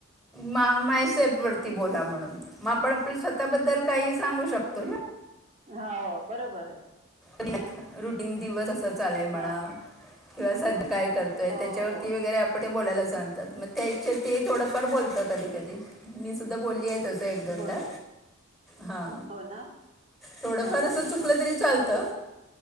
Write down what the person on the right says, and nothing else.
हाव बरोबर आहे.
हा
हो
हो
बरो
हो ना
हा
हा हा